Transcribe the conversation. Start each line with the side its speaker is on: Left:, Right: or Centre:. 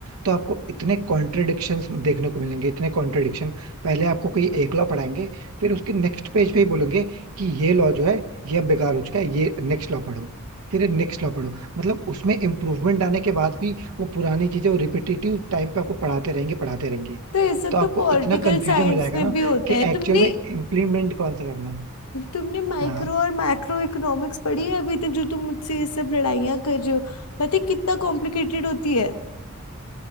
Right: तो आपको इतने कॉन्ट्रडिक्शन देखने को मिलेंगे इतने कॉन्ट्रडिक्शन पहले आपको कोई एक लॉ पढ़ाएंगे फिर उसके नेक्स्ट पेज पे ही बोलेंगे कि ये लॉ जो है ये अब बेकार हो चुका है ये नेक्स्ट लॉ पढ़ो फिर नेक्स्ट लॉ पढ़ो मतलब उसमें इम्प्रूवमेंट आने के बाद भी वो पुरानी चीजें वो रिपीटेटिव टाइम पे आपको पढ़ाते रहेंगे पढ़ाते रहेंगे
Left: तो ये सब
Right: तो आपको
Left: तो पॉलिटिकल
Right: इतना कंफ्यूजन
Left: साइंस
Right: हो जाएगा
Left: में
Right: ना
Left: भी होता
Right: कि
Left: है
Right: एक्चुअल
Left: तुमने
Right: में इम्प्लीमेंट कौन सा करना है
Left: तुमने माइक्रो
Right: हाँ
Left: और मैक्रो इकोनॉमिक्स पढ़ी है अभी तक जो तुम मुझसे ये सब लड़ाइयाँ कर रहे हो पता है कितना कॉम्प्लिकेटेड होती है